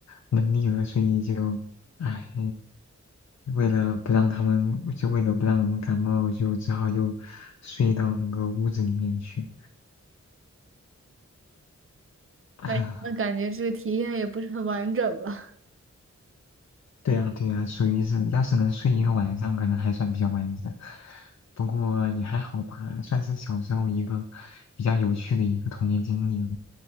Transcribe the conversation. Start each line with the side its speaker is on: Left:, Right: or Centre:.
Left: 能力了，所以就，唉，为了不让他们，就为了不让我们感冒，就只好又睡到那个屋子里面去。<laughs>
Right: 哎，那感觉这个体验也不是很完整了。
Left: 对呀，对呀，属于是，要是能睡一个晚上，可能还算比较完整。不过也还好吧，算是小时候一个比较有趣的一个童年经历了。